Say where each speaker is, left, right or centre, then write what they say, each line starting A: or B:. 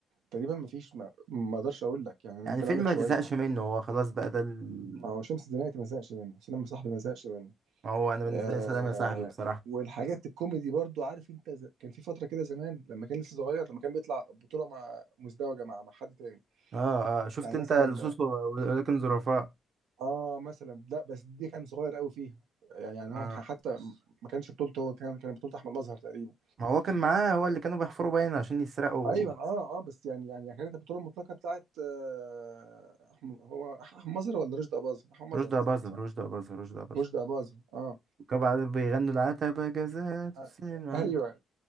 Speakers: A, on the right (about 85°); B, on the right (about 55°).
A: تقريبا ما فيش ما ما اقدرش اقول لك يعني انا
B: يعني
A: ممكن
B: فيلم
A: اقول لك
B: ما
A: شويه
B: تزهقش
A: يعني
B: منه هو خلاص بقى ده ال...
A: ما هو شمس الزناتي ما زهقش منه سلام يا صاحبي ما زهقش منه
B: ما هو انا بالنسبه
A: آه
B: لي سلام يا صاحبي بصراحه
A: والحاجات الكوميدي برضو عارف انت ز... كان في فتره كده زمان لما كان لسه صغير لما كان بيطلع بطوله مع مزدوجه مع مع حد تاني
B: اه اه شفت
A: يعني
B: انت
A: مثلا
B: لصوص و- ولكن ظرفاء
A: اه مثلا لا بس دي كان صغير قوي فيها يعني يعني هو
B: آه.
A: حتى ما كانش بطولته هو كان كان بطوله احمد مظهر تقريبا
B: ما هو كان معاه هو اللي كانوا بيحفروا باين عشان يسرقوا
A: ايوه اه اه بس يعني يعني كانت البطوله المطلقه بتاعت آه أحم- هو أح- احمد مظهر ولا رشدي اباظه؟ احمد مظهر
B: رشدي
A: تقريبا
B: اباظة
A: صح؟
B: رشدي اباظة رشدي اباظة
A: رشدي اباظه اه
B: وكانوا بعدين بيغنوا العتبة جزات
A: آه،
B: السنة
A: ايوه